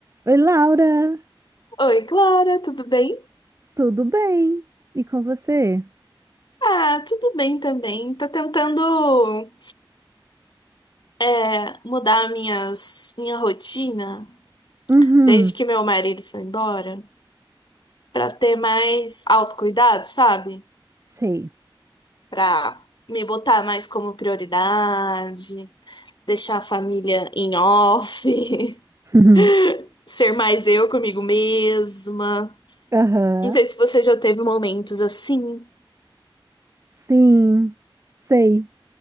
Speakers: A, on the right; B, on the left.
A: Oi, Laura,
B: Oi, Clara, tudo bem?
A: tudo bem? E com você?
B: Ah, tudo bem também. Tô tentando é, mudar minhas, minha rotina
A: Uhum,
B: desde que meu marido foi embora pra ter mais autocuidado, sabe?
A: sei.
B: Pra me botar mais como prioridade, deixar a família em off, <laughs>
A: <laughs> Uhum.
B: ser mais eu comigo mesma.
A: Aham,
B: Não sei se você já teve momentos assim.
A: sim, sei.